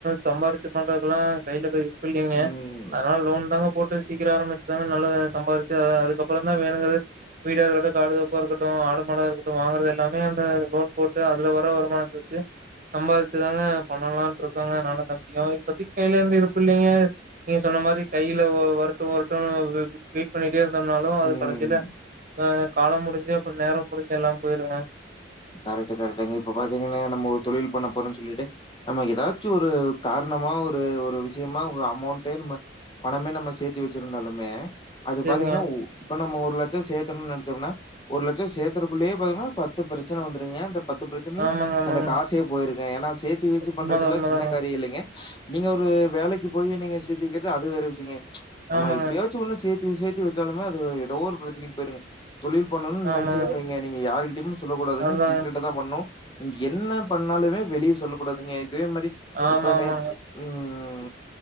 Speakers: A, on the right; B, on the left.
A: சம்பாரிச்சு பண்றதுக்கெலா கைல எது இல்லிங்க
B: ம்.
A: அதனால லோன் தாங்க போட்டு சீக்கிர ஆரம்பிச்சதாங்க நல்லா சம்பாரிச்சு அத அதுக்கப்புறந்தா வேணுங்கது வீடா இருக்கட்டு காடு தோப்பா இருக்கட்டு ஆடு மாடா இருக்கட்டு வாங்கறது எல்லாமே அந்த லோன் போட்டு அதுல வர்ற வருமானத்த வெச்சு சம்பாதிச்சுதாங்க பண்ணலான்ட்டு இருக்கங்க நானு தம்பியு இப்பத்திக்கு கைல எந்த இருப்பு இல்லைங்க நீங்க சொன்ன மாரி கையில வ வருட்டு வருட்டுனு வி வெயிட் பண்ணி ட்டே இருந்தம்னாலு அது
B: ம்.
A: கடைசில அ காலம் முடிஞ்சு அப்புற நேரம் முடிஞ்சு எல்லாம் போயிடுங்க
B: கரெட்டு கரெட்டுங்க இப்ப பாத்திங்கனா நம்ம ஒரு தொழில் பண்ண போறோன் சொல்லிட்டு நம்ம எதாச்சி ஒரு காரணமா ஒரு ஒரு விஷயமா ஒரு அமௌண்ட்டே நம்ம பணமே நம்ம சேத்தி வெச்சிருந்தாலுமே அது
A: சேரிங்க
B: பாத்திங்கனா இப்ப நம்ம ஒரு லட்ச சேத்தனுன் நெனச்சம்னா ஒரு லட்ச சேத்தரக்குள்ளயே பாங்கனா பத்து பிரச்சன வந்துருங்க அந்தப் பத்து பிரச்சனை
A: ஆமாங்க ஆமாங்க
B: அந்த காசே போயிருக் ஏ என்னாஸ் சேத்து வச்சு பண்றதுலாம்
A: உண்மதா உண்மதாங்க
B: சின்ன காரிய இல்லைங்க நீங்க ஒரு வேலைக்கு போய் நீங்க சேத்தி வைக்கிறது அது வேற விசியங்க ச் ஆனா
A: ஆமாங்க
B: எப்படியாச்சும் ஒண்ணு சேத் து சேத்தி வச்சாலுமே அது எதோ ஒரு பிரச்சனைக்கு போயிருங்க தொழில் பண்ணுன்னனு
A: ஆமாங்க
B: நெனைச்சீங்கனு வைங்க யாருகிட்டயுமே சொல்ல கூடாதுங்க
A: அதாங்க
B: சீக்ரட்டாதான் பண் ணு நீங்க என்ன பண்ணாலுமே வெளிய சொல்ல கூடாதுங்க அதே மாரி
A: ஆமா
B: இப்ப நேத்
A: ஆமாங்க
B: உம்